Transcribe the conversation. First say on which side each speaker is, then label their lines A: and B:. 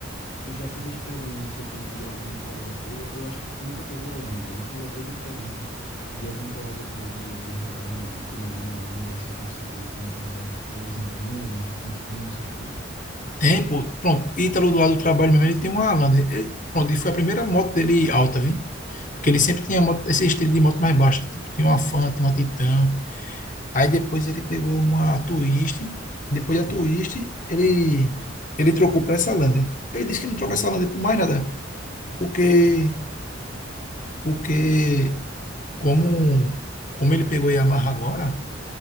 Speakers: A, on the left; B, on the left.
A: tu já teve experiência de, de algum colega teu? Eu acho que tu nunca teve a Lander, mas tu já teve experiência de algum colega teu de, de rodar no, de andar numa Lander assim para saber como é que ela é o desempenho, o consumo, essas coisas?
B: Tem, pô, pronto. Ítalo do lado do trabalho mesmo, ele tem uma Lander. Ele, pronto, e foi a primeira moto dele alta, viu? Porque
A: Hum,
B: ele sempre tinha moto- esse estilo de moto mais baixa. Tipo, tinha uma Fanta tinha uma Titan. Aí depois ele pegou uma Twist. Depois da Twist, ele, ele trocou para essa Lander. Ele disse que não troca
A: hum,
B: essa Lander por mais nada. Porque, porque como, como ele pegou Yamaha agora,